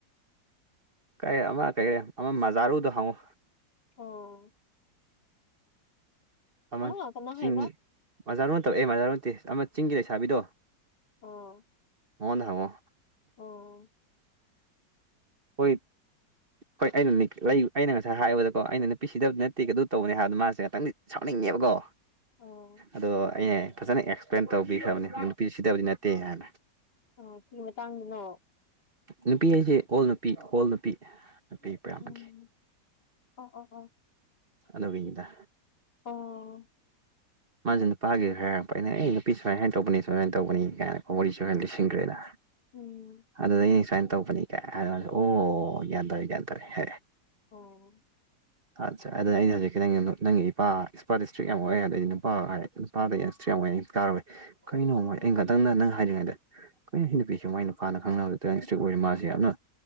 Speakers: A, on the right; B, on the left.
A: ꯀꯩꯩ ꯑꯃ ꯀꯩ ꯑꯃ ꯃꯖꯥꯔꯨꯗꯣ ꯍꯪꯉꯨ
B: ꯑꯣ
A: ꯑꯃ
B: ꯍꯥ ꯀꯅꯥ
A: ꯆꯤꯡ
B: ꯍꯥꯏꯕ
A: ꯃꯖꯥꯔꯨ ꯅꯠꯇꯕ ꯑꯦ ꯃꯖꯥꯔꯨ ꯅꯠꯇꯦ ꯑꯃ ꯆꯤꯡꯒꯤ ꯂꯩꯁꯥꯕꯤꯗꯣ
B: ꯑꯣ
A: ꯃꯉꯣꯟꯗ ꯍꯪꯉꯣ
B: ꯑꯣ
A: ꯍꯣꯏ ꯍꯣꯏ ꯑꯩꯅꯅꯦ ꯑꯩꯅ ꯉꯁꯥꯏ ꯍꯥꯏꯕꯗꯀꯣ ꯑꯩꯅ ꯅꯨꯄꯤ ꯁꯤꯗꯕ ꯅꯠꯇꯦ ꯑꯗꯨ ꯇꯧꯕꯅꯦ ꯍꯥꯏꯕꯗꯣ ꯃꯥꯁꯦ ꯉꯥꯛꯇꯪꯗꯤ ꯁꯥꯎꯅꯤꯡꯉꯦꯕꯀꯣ
B: ꯑꯣ
A: ꯑꯗꯣ ꯑꯩꯅ ꯐꯖꯅ ꯑꯦꯛꯁꯄ꯭ꯂꯦꯟ ꯇꯧꯕꯤꯈ꯭ꯔꯕꯅꯦ ꯅꯨꯄꯤ ꯁꯤꯗꯕꯗꯤ ꯅꯠꯇꯦ ꯍꯥꯏꯅ
B: ꯑꯣ ꯀꯔꯤ ꯃꯇꯥꯡꯗꯅꯣ
A: ꯅꯨꯄꯤ ꯍꯥꯏꯁꯦ ꯑꯣꯜ ꯅꯨꯄꯤ ꯑꯣꯜ ꯅꯨꯄꯤ ꯅꯨꯄꯤ ꯄꯌꯥꯝꯕꯒꯤ
B: ꯎꯝ ꯑꯣ ꯑꯣ ꯑꯣ
A: ꯑꯗꯨꯒꯤꯅꯤꯗ
B: ꯑꯣ
A: ꯃꯥꯁꯦ ꯅꯨꯄꯥꯒꯤ ꯈꯔ ꯍꯥꯏꯔꯛꯄ ꯑꯩꯅ ꯑꯩ ꯅꯨꯄꯤ ꯁꯨꯃꯥꯏꯅ ꯍꯥꯏꯅ ꯇꯧꯕꯅꯤ ꯁꯨꯃꯥꯏꯅ ꯇꯧꯕꯅꯤ ꯀꯥꯏꯅꯀꯣ ꯋꯥꯔꯤ ꯈꯔ ꯂꯤꯁꯤꯟꯈ꯭ꯔꯦ ꯑꯩꯅ
B: ꯎꯝ
A: ꯑꯗꯨꯗꯩ ꯑꯩꯅ ꯁꯨꯃꯥꯏꯅ ꯇꯧꯕꯅꯤꯗ ꯍꯥꯏꯔꯦ ꯃꯥꯁꯨ ꯑꯣ ꯒ꯭ꯌꯥꯟ ꯇꯥꯔꯦ ꯒ꯭ꯌꯥꯟ ꯇꯥꯔꯦ ꯍꯥꯏꯔꯛꯑꯦ
B: ꯎꯝ
A: ꯑꯠꯆꯥ ꯑꯗꯨꯅꯦ ꯑꯩꯅ ꯍꯧꯖꯤꯛꯀꯤ ꯅꯪ ꯅꯪꯒꯤ ꯏꯄꯥ ꯏꯄꯥ ꯁ꯭ꯇ꯭ꯔꯤꯛ ꯌꯥꯝ ꯑꯣꯏꯌꯦ ꯍꯥꯏꯗꯤ ꯅꯨꯄꯥ ꯍꯥꯏ ꯅꯨꯄꯥꯗꯣ ꯁ꯭ꯇ꯭ꯔꯤꯛ ꯌꯥꯝ ꯑꯣꯌꯦ ꯇꯥꯔꯨꯔꯦ ꯀꯩꯅꯣ
B: ꯎꯝ
A: ꯑꯩꯅ ꯈꯜꯂꯦ ꯅꯪꯅ ꯅꯪ ꯍꯥꯏꯗ꯭ꯔꯤꯉꯩꯗ ꯀꯩꯅꯣ ꯁꯤ ꯅꯨꯄꯤꯁꯤꯕꯨ ꯃꯥꯏ ꯅꯨꯄꯥꯅ ꯈꯪꯅꯕ ꯂꯩꯇꯤ ꯁ꯭ꯇ꯭ꯔꯤꯛ ꯑꯣꯏꯔꯤ ꯃꯥꯁꯦ ꯌꯥꯝꯅ